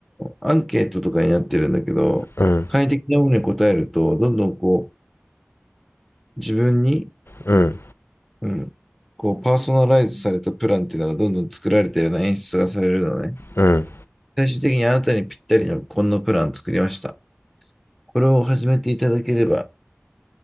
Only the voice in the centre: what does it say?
アンケートとかになってるんだけど、
快適なものに答えると、どんどんこう、自分に
うん。こう、パーソナライズされたプランっていうのがどんどん作られたような演出がされるのね。
最終的にあなたにぴったりのこんなプランを作りました。これを始めていただければ、